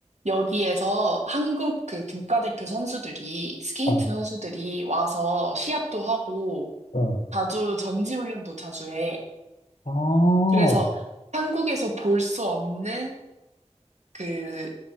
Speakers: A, on the right (about 80°); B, on the left (about 75°).
A: 여기에서 한국 그 국가대표 선수들이, 스케이트
B: 어,
A: 선수들이 와서 시합도 하고,
B: 어.
A: 자주 전지훈련도 자주 해.
B: 아, 어,
A: 그래서 한국에서 볼 수 없는 그